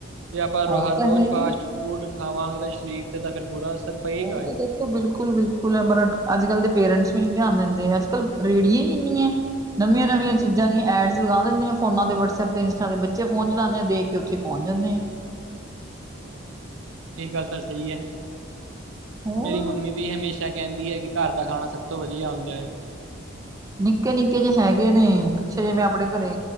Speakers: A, on the right (about 75°); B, on the right (about 20°).
A: ਜੇ ਆਪਾਂ
B: ਉਹ
A: ਹਰ
B: ਤਾਂ
A: ਰੋਜ਼
B: ਹੈ
A: ਫਾਸਟ
B: ਹੀ
A: ਫੂਡ ਖਾਵਾਂਗੇ, ਸਰੀਰ ਤੇ ਤਾਡੇ ਬੁਰਾ ਅਸਰ। ਪਏਗਾ।
B: ਉਹ
A: ਆ।
B: ਤਾਂ ਦੇਖ ਬਿਲਕੁਲ- ਬਿਲਕੁਲ-ਬਿਲਕੁਲ ਅਮਰ ਹਟ, ਅੱਜ- ਕੱਲ ਦੇ ਪੇਰੈਂਟਸ ਵੀ ਨੀ ਧਿਆਨ ਦਿੰਦੇ, ਅੱਜ- ਕੱਲ ਰੇਹੜੀਆ ਹੀ ਇੰਨੀਆਂ। ਨਵੀਆਂ- ਨਵੀਆਂ ਚੀਜ਼ਾਂ ਦੀਆਂ ਐਡਸ ਲਗਾ ਦਿੰਦੀਆਂ ਫੋਨਾਂ ਵਟਸਐਪ ਤੇ ਇੰਸਟਾਂ ਦੇ, ਬੱਚੇ ਫੋਨ ਚਲਾਉਦੇ ਦੇਖ ਕੇੇ ਉੱਥੇ ਪਹੁੰਚ ਜਾਂਦੇ।
A: ਹਾਂਜੀ, ਇਹ ਗੱਲ ਤਾਂ ਸਹੀ ਐ।
B: ਹੋਰ
A: ਮੇਰੀ ਮੰਮੀ ਵੀ ਹਮੇਸ਼ਾ ਕਹਿੰਦੀ ਐ ਕਿ ਘਰ ਦਾ ਖਾਣਾ ਸਭ ਤੋਂ ਵਧੀਆ ਹੁੰਦਾ ਐ।
B: ਨਿੱਕੇ- ਨਿੱਕੇ ਜੇ ਹੈਗੇ ਨੇ, ਪਿੱਛੇ ਜੇ ਮੈੰ ਆਪਣੇ ਘਰੇ